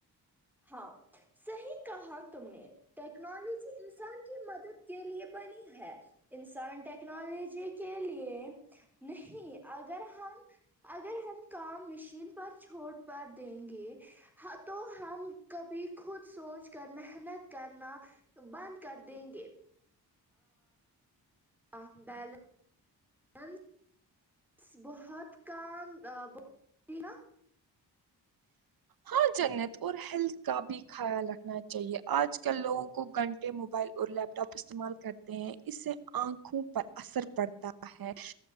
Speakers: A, in the centre; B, on the right.
A: ہاں صحیح کہا تم نے ٹیکنالوجی انسان کی مدد کے لیے بنی ہے انسان ٹیکنالوجی کے لیے نہیں اگر ہم اگر ہم کام مشین پر چھوڑ پر دیں گے تو ہم کبھی خود سوچ کر محنت کرنا بند کر دیں گے ہ بیلنس ہند بس بہت کام ب ٹھیک
B: ہاں جنت اور ہیلتھ کا بھی خیال رکھنا چاہیے آج کل لوگوں کو گھنٹے موبائل اور لیپ ٹاپ استعمال کرتے ہیں اس سے آنکھوں پر اثر پڑتا ہے